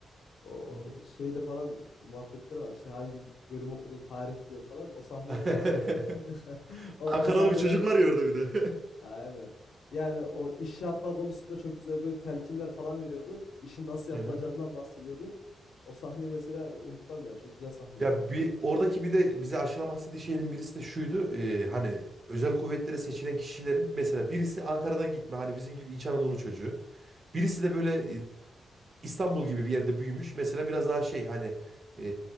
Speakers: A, on the left; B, on the right.
A: O
B: yani.
A: şeyle falan muhabbetleri var. İşte hangi bölüm okudun tarih diyor falan. O sahneler
B: <laughs>
A: falan. <laughs> O,
B: Ankaralı
A: o sahneler.
B: bir çocuk var ya orada bir de.
A: Aynen. Yani o iş yapma konusunda çok güzel böyle telkinler falan veriyordu. İşin nasıl yapılacağından
B: <laughs> Hı hı.
A: bahsediyordu. O sahneyi mesela unutmam ya. Çok güzel sahnedir
B: Ya
A: yani
B: bir
A: abi.
B: oradaki bir de bize aşılamak istediği şeyin birisi de şuydu. e, hani özel kuvvetlere seçilen kişilerin mesela birisi Ankara'dan gitme hani bizim gibi İç Anadolu çocuğu. Birisi de böyle e, İstanbul gibi bir yerde büyümüş. Mesela biraz daha şey hani e,